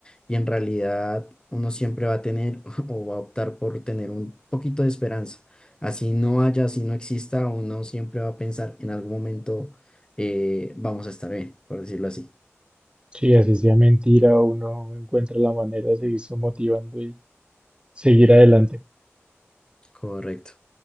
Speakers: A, on the left; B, on the right.
A: y en realidad uno siempre va a tener <laughs> o va a optar por tener un poquito de esperanza. Así no haya, así no exista, uno siempre va a pensar en algún momento eh, vamos a estar bien, por decirlo así.
B: sí así sea mentira, uno encuentra la manera de seguirse motivando y seguir adelante.
A: Correcto.